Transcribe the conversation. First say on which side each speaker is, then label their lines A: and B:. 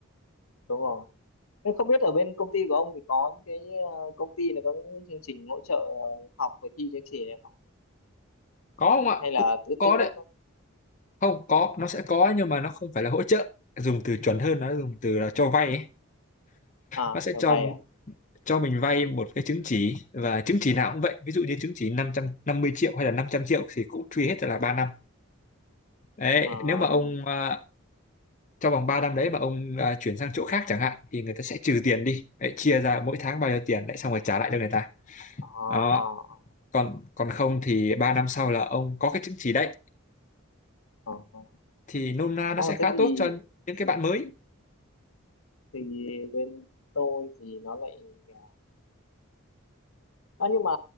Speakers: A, on the left; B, on the left.
A: đúng rồi Thế không biết ở bên công ty của ông thì có những cái ờ, công ty này có những cái chương trình hỗ trợ ờ, học và thi chứng chỉ này không
B: có không ạ
A: hay là
B: cũng
A: tự
B: có
A: tự
B: đấy
A: túc không
B: không có nó sẽ có nhưng mà nó không phải là hỗ trợ dùng từ chuẩn hơn nó dùng từ là cho vay ấy.
A: à
B: nó sẽ
A: trở
B: cho
A: về à
B: cho mình vay một cái chứng chỉ và chứng chỉ nào cũng vậy ví dụ như chứng chỉ năm năm trăm năm mươi triệu hay là 500 triệu thì cũng truy hết ra là ba năm đấy
A: à
B: nếu mà ông à, trong vòng 3 năm đấy mà ông à, chuyển sang chỗ khác chẳng hạn thì người ta sẽ trừ tiền đi đấy, chia ra mỗi tháng bao nhiêu tiền đấy xong rồi trả lại cho người ta
A: à
B: đó
A: à
B: còn còn không thì 3 năm sau là ông có cái chứng chỉ đấy
A: à, à. Ờ,
B: thì nôm na
A: Ờ,
B: nó sẽ khá
A: thế thì,
B: tốt cho những cái
A: thì
B: bạn mới
A: thì thì bên tôi thì nó lại à, Ờ, nhưng mà